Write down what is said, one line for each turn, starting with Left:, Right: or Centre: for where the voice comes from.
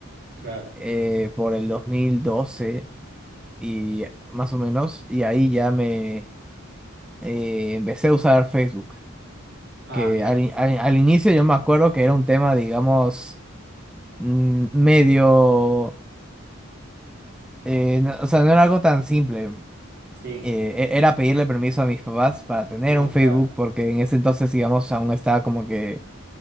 Right: claro.
Centre: eh, por el 2012 y más o menos, y ahí ya me eh, empecé a usar Facebook,
Right: Ah,
Centre: que
Right: mira.
Centre: al, in- al- al inicio yo me acuerdo que era un tema, digamos, mm, medio, eh, no- o sea, no era algo tan simple.
Right: Sí.
Centre: Eh, e- era pedirle permiso a mis papás para tener
Right: No,
Centre: un Facebook,
Right: claro.
Centre: porque en ese entonces, digamos, aún estaba como que